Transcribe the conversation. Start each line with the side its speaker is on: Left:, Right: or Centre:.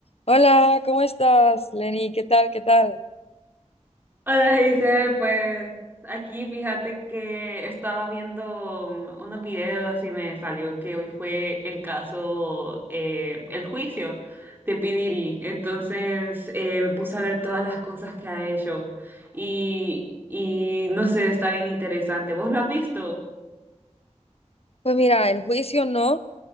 Left: Hola, ¿cómo estás, Lenny? ¿Qué tal? ¿Qué tal?
Right: Hola, dice, pues aquí fíjate que estaba viendo mm, unos videos y me salió que hoy fue el caso, eh, el juicio de P. Diddy. Entonces eh, me puse a ver todas las cosas que ha hecho y, y no sé, está bien interesante. ¿Vos lo has visto?
Left: Pues mira, el juicio no,